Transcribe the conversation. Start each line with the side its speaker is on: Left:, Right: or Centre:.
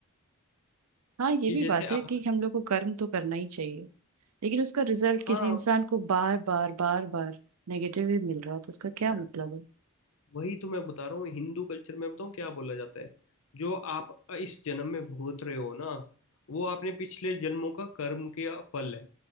Right: हाँ ये
Left: कि
Right: भी
Left: जैसे
Right: बात है
Left: आप
Right: कि हम लोग को कर्म तो करना ही चाहिए लेकिन उसका रिजल्ट किसी
Left: हाँ
Right: इंसान को बार बार बार बार नेगेटिव ही मिल रहा है तो उसका क्या
Left: यार
Right: मतलब है
Left: वही तो मैं बता रहा हूँ हिंदू कल्चर में बताऊँ क्या बोला जाता है जो आप इस जन्म में भोग रहे हो ना वो आपने पिछले जन्मों का कर्म का फल है